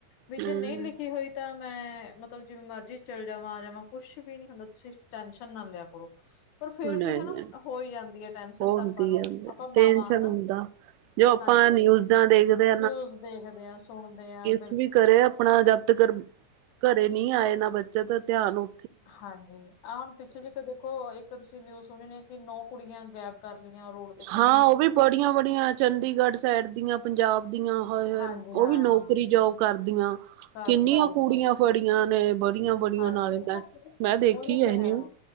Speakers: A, on the left; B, on the right.
A: ਵੀ
B: ਹਮ
A: ਜੇ ਨਹੀਂ ਲਿਖੀ। ਲਿਖੀ ਹੋਈ ਤਾਂ ਮੈਂ ਮਤਲਬ ਜਿਵੇਂ ਮਰਜ਼ੀ ਚੱਲੀ ਜਾਵਾਂ, ਆ ਜਾਵਾਂ ਕੁੱਛ ਵੀ ਨੀ ਹੁੰਦਾ, ਤੁਸੀਂ ਟੈਨਸ਼ਨ ਨਾ ਲਿਆ ਕਰੋ। ਪਰ ਫੇਰ
B: ਨਹੀਂ
A: ਵੀ ਹੈਨਾ ਹੋਈ ਜਾਂਦੀ ਹੈ ਟੈਨਸ਼ਨ
B: ਉਹ
A: ਤਾਂ
B: ਹੁੰਦੀ
A: ਆਪਾਂ ਨੂੰ,
B: ਹੈ
A: ਆਪਾਂ ਮਾਵਾਂ
B: ਟੈਨਸ਼ਨ
A: ਹਨਾ।
B: ਹੁੰਦਾ ਜੋ ਆਪਾਂ
A: ਹਾਂਜੀ,
B: ਨਿਊਜ਼ਾਂ ਦੇਖਦੇ
A: ਨਿਊਜ਼ ਦੇਖਦੇ ਆਂ, ਸੁਣਦੇ ਹਾਂ।
B: ਕੁਛ ਵੀ ਕਰੇ, ਆਪਣਾ ਜਬ ਤੱਕ ਘਰੇ ਨਹੀਂ ਆਏ ਨਾ ਬੱਚਾ ਤਾਂ ਧਿਆਨ ਹੋ।
A: ਹਾਂਜੀ, ਆਹ ਹੁਣ ਪਿੱਛੇ ਜੇਕਰ ਦੇਖੋ। ਉਹ ਇੱਕ ਤੁਸੀਂ ਨਿਊਜ਼ ਸੁਣੀ ਕਿ ਨੌ ਕੁੜੀਆਂ ਗਾਇਬ ਕਰ ਲਈਆਂ ਰੋਡ ਤੇ ਖੜੀਆਂ।
B: ਹਾਂ ਉਹ ਵੀ ਬੜੀਆਂ ਬੜੀਆਂ ਚੰਡੀਗੜ੍ਹ ਸਾਈਡ ਦੀਆਂ, ਪੰਜਾਬ ਦੀਆਂ ਹਾਏ ਹਾਏ,
A: ਹਾਂਜੀ
B: ਉਹ
A: ਹਾਂ,
B: ਵੀ ਨੌਕਰੀ ਜੋਬ। ਜੌਬ ਕਰਦੀਆਂ
A: ਕਰਦੀਆਂ
B: ਕਿੰਨੀਆਂ
A: ਦੇਖਲੋ
B: ਕੁੜੀਆਂ ਫੜੀਆਂ ਨੇ ਬੜੀਆਂ। ਬੜੀਆਂ
A: ਹਾਂਜੀ,
B: ਨਾਲੇ ਮੈਂ ਮੈਂ ਦੇਖੀ
A: ਉਹੀ
B: ਇਹ
A: ਤਾਂ
B: ਨਿਊ
A: ਹੈ।